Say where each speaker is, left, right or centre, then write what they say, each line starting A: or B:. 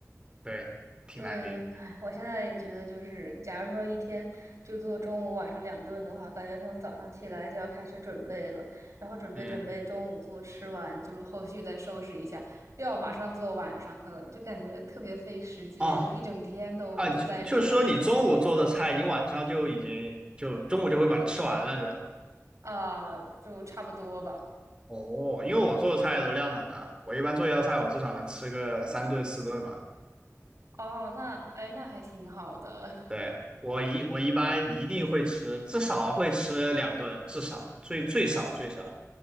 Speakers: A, on the right (about 20°); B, on the right (about 70°).
A: 对，挺难顶的。
B: 对，唉，我现在也觉得，就是假如说一天就做中午、晚上两顿的话，感觉从早上起来就要开始准备了，然后准备准备中午做，
A: 嗯，
B: 吃完就是后续再收拾一下，又要马上做晚上的，就感觉特别费时间，
A: 哦，
B: 就一整天都都在这上面
A: 啊，就就是说你中午做的菜，你晚上就已经就中午就会把它吃完了，是吧？
B: 啊，就差不多吧。
A: 哦，因为我做的菜都量很大，我一般做一道菜，我至少能吃个三顿四顿吧。
B: 哦，那哎，那还挺好的，
A: 对，我一我一般一定会吃，至少会吃两顿，至少最最少最少。